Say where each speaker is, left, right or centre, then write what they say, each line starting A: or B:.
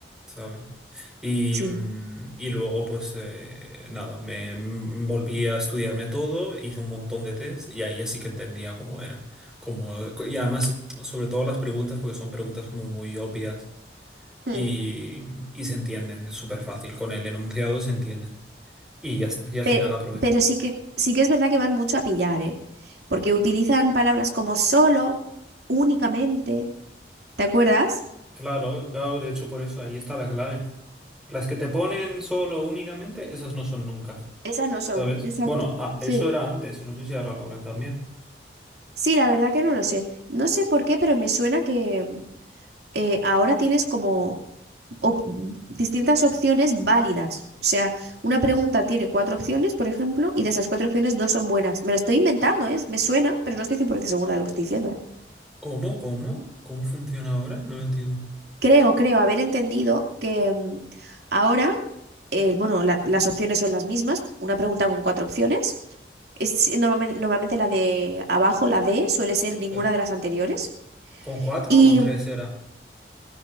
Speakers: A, in the centre; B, on the right.
A: ¿sabes? Y,
B: Sí.
A: mm, y luego, pues eh, nada, me mm, volví a estudiarme todo, hice un montón de test y ahí ya sí que entendía cómo era. Como, y además, sobre todo las preguntas, porque son preguntas como muy obvias.
B: Mm,
A: y, y se entienden, es súper fácil. Con el enunciado se entienden. Y ya está, y al
B: Pero,
A: final aprobé.
B: pero sí que, sí que es verdad que van mucho a pillar, ¿eh? Porque utilizan palabras como solo, únicamente. ¿Te acuerdas?
A: Claro, claro, de hecho por eso, ahí está la clave. Las que te ponen solo únicamente, esas no son nunca,
B: Esas no son.
A: ¿sabes?
B: Exacto.
A: Bueno, ah,
B: Sí.
A: eso era antes, no sé si ahora lo habrán cambiado.
B: Sí, la verdad que no lo sé. No sé por qué, pero me suena que eh, ahora tienes como op- distintas opciones válidas. O sea, una pregunta tiene cuatro opciones, por ejemplo, y de esas cuatro opciones dos son buenas. Me lo estoy inventando, ¿eh? Me suena, pero no estoy 100% segura de lo que estoy diciendo, ¿eh?
A: ¿Cómo? ¿Cómo? ¿Cómo funciona ahora? No lo entiendo.
B: Creo, creo haber entendido que mm, ahora, eh, bueno, la- las opciones son las mismas, una pregunta con cuatro opciones. Es, si- normalme- normalmente, la de abajo, la D, suele ser ninguna
A: Eh,
B: de las anteriores.
A: ¿Con cuatro
B: Y
A: o con tres
B: mm,
A: era?